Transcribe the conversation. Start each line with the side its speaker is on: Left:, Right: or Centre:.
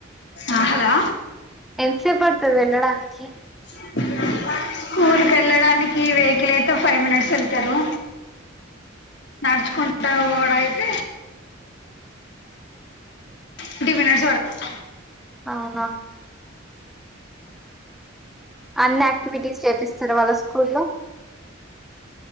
Left: ఆ హలో
Centre: ఎంతసేపడుతుంది వెళ్ళడానికి
Left: <inaudible> స్కూల్కి వెళ్ళడానికి వెహికల్ అయితే ఫైవ్ మినిట్స్ వెళ్తారు నడుచుకుంటా ఓడు అయితే ట్వంటీ మినిట్స్ పడుతుంది
Centre: అవునా అన్ని యాక్టివిటీస్ చేపిస్తారు మరి స్కూల్లో